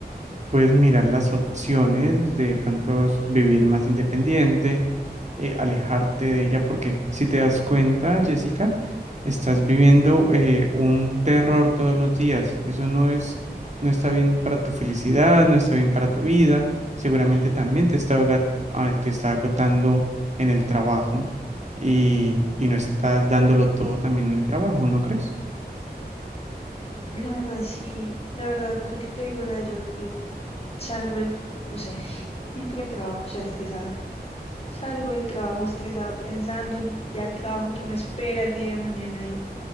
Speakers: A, on the right; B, on the left.
A: puedes mirar las opciones de pronto s- vivir más independiente, eh, alejarte de ella, porque si te das cuenta, Jessica, estás viviendo eh, un terror todos los días. Eso no es, no está bien para tu felicidad, no está bien para tu vida. Seguramente
B: Sí.
A: también te está, aga- ah, te está agotando en el trabajo y, y no estás dándolo todo también en el trabajo, ¿no crees?
B: La verdad, sí, la verdad, lo que te digo, o sea, yo, yo salgo del, o sea, <laughs> <sighs> entro del trabajo ya estresada. Salgo del trabajo estresada pensando en ya el trabajo que me espera el día de mañana y